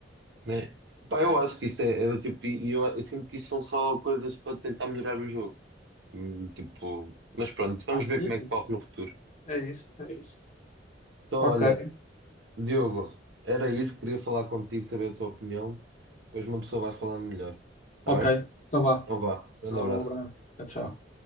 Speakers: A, on the right (about 75°); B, on the left (about 40°).
A: né? Pá, eu acho que isto é, é do tipo, e eu, eu sinto que isto são só coisas para tentar melhorar o jogo. Hum, Tipo, mas pronto, vamos
B: Ah, sim,
A: ver como é que corre no futuro.
B: é isso, é isso.
A: Então,
B: Ok,
A: olha, Diogo, era isso, queria falar contigo, saber a tua opinião, depois uma pessoa vai falando melhor, está
B: ok,
A: bem?
B: então vá.
A: Então vá, grande
B: Vá,
A: abraço.
B: Um abraço. Tchau, tchau.